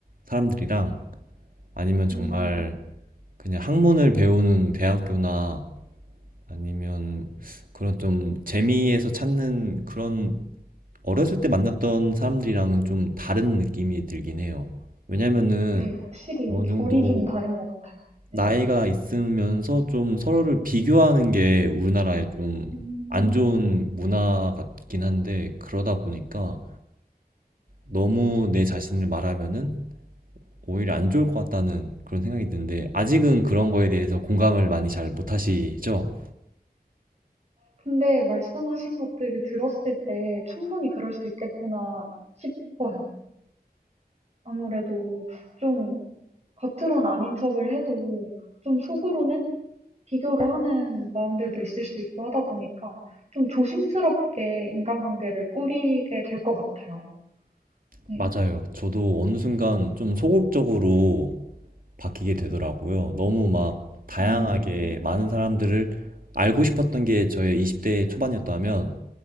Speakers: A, on the right; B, on the right.
A: 사람들이랑 아니면
B: 음,
A: 정말 그냥 학문을 배우는 대학교나 아니면 그런 좀 재미에서 찾는 그런 어렸을 때 만났던 사람들이랑은 좀 다른 느낌이 들긴 해요. 왜냐면은
B: 네. 확실히
A: 어느 정도
B: 결이 좀 다른 것 같아요. 네.
A: 나이가 있으면서 좀 서로를 비교하는 게 우리나라의 좀
B: 음,
A: 안 좋은 문화 같긴 한데 그러다 보니까 너무 내 자신을 말하면은 오히려 안 좋을 것 같다는 그런 생각이 드는데 아직은 그런 거에 대해서 공감을 많이 잘 못 하시죠?
B: 근데 말씀하신 것들을 들었을 때 충분히 그럴 수 있겠구나 싶어요. 아무래도 좀 겉으론 아닌 척을 해도 좀 속으로는 비교를 하는 마음들도 있을 수 있고 하다 보니까 좀 조심스럽게 인간관계를 꾸리게 될 것 같아요. 네.
A: 맞아요. 저도 어느 순간 좀 소극적으로 바뀌게 되더라고요. 너무 막 다양하게
B: 음,
A: 많은 사람들을 알고 싶었던 게 저의 20대 초반이었다면